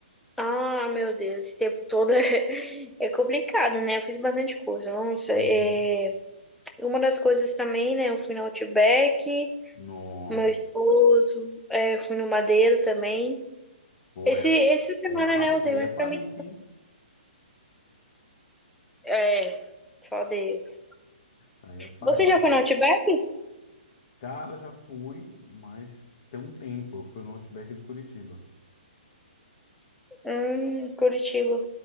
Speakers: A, in the centre; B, on the left.
A: Ah, meu Deus, esse tempo todo é, <laughs> é complicado, né? Eu fiz bastante coisa. Nossa,
B: Uhum.
A: é... uma das coisas também, né? Eu fui no Outback,
B: Nossa.
A: com meu esposo, é, fui no Madeiro também.
B: Pô,
A: Esse,
B: é-
A: essa semana,
B: aí é parri,
A: né, eu usei
B: aí
A: mais
B: é parrita,
A: pra mim.
B: hein?
A: É, só Deus.
B: Aí é parrita.
A: Você já foi no Outback?
B: Cara, já fui, mas tem um tempo. Eu fui no Outback de Curitiba.
A: Hum, Curitiba.